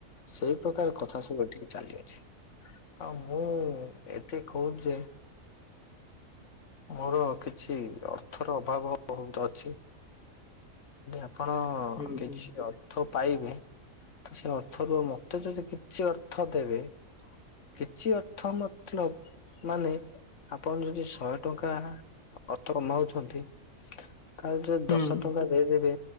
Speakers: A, on the left; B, on the left.
A: ସେଇ ପ୍ରକାର କଥା ସବୁ ଏ ଟିକେ ଚାଲିି ଆଉ ମୁଁ ଏତେ କହୁଛି ଯେ ମୋର କିଛି ଅର୍ଥର ଅଭାବ ବହୁତ ଅଛି। ଆପଣ
B: ହୁଁ
A: କିଛି
B: ହୁଁ।
A: ଓ ପାଇବେ ତ ସେ ଅର୍ଥରୁ ମତେ ଯଦି କିଛି ଅର୍ଥ ଦେବେ କିଛି ଅର୍ଥ ମତଲବ ମାନେ ଆପଣ ଯଦି ଶହେ ଟଙ୍କା ଅର୍ଥ କମାଉଛନ୍ତି ତାହେଲେ ଯଦି
B: ହୁଁ
A: ଦଶ ଟଙ୍କା ଦେଇଦେବେ